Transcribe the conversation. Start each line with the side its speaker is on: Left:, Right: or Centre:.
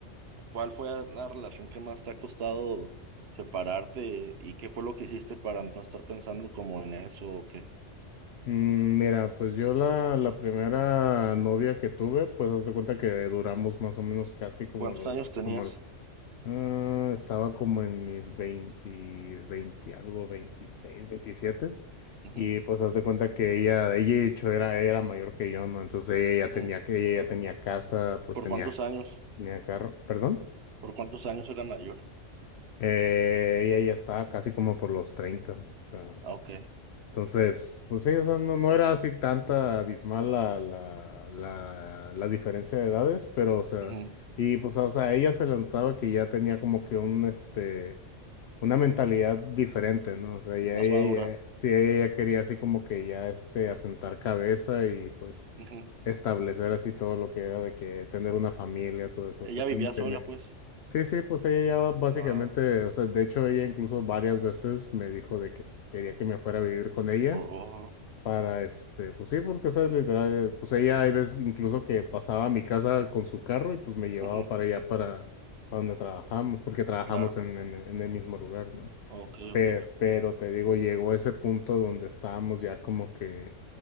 Right: ¿cuál fue la relación que más te ha costado separarte y qué fue lo que hiciste para no estar pensando como en eso o qué?
Left: Mm, Mira, pues yo la, la primera novia que tuve, pues haz de cuenta que duramos más o menos casi como
Right: ¿Cuántos
Left: los,
Right: años tenías?
Left: como lo- ah, estaba como en mis veinte 20 algo, veintiséis veintisiete
Right: Ujú,
Left: y pues haz de cuenta que ella, ella de hecho era, era mayor que yo, ¿no? Entonces ella
Right: ujú.
Left: ya tenía, que- ella ya tenía casa, pues
Right: ¿Por
Left: tenía
Right: cuántos años?
Left: Tenía carro, perdón.
Right: ¿Por cuántos años era mayor?
Left: Eh, ella ya estaba casi como por los 30, O sea,
Right: Ah, ok.
Left: entonces, pues sí, o sea, no, no era así tanta abismal la, la, la, la diferencia de edades, pero, o sea,
Right: Ujú,
Left: y pues, o sea, a ella se le notaba que ya tenía como que un, este, una mentalidad diferente, ¿no? O sea, ya
Right: Más
Left: ella,
Right: madura.
Left: ya- sí, ella ya quería así como que ya, este, asentar cabeza y pues
Right: Ujú.
Left: establecer así todo lo que era de que tener una familia, todo eso,
Right: Ella
Left: o sea,
Right: vivía
Left: tener
Right: sola, pues.
Left: Sí, sí, pues ella ya básicamente,
Right: Ah,
Left: o sea, de hecho ella incluso varias veces me dijo de que pues, quería que me fuera a vivir con ella
Right: oh, oh,
Left: para este, pues sí, porque o sea, literal, pues ella hay veces incluso que pasaba a mi casa con su carro y pues me llevaba
Right: ujú,
Left: para allá para a donde trabajamos, porque trabajamos
Right: Claro.
Left: en, en, en el mismo lugar, ¿no?
Right: Ok,
Left: Pe-
Right: ok.
Left: pero te digo, llegó ese punto donde estábamos ya como que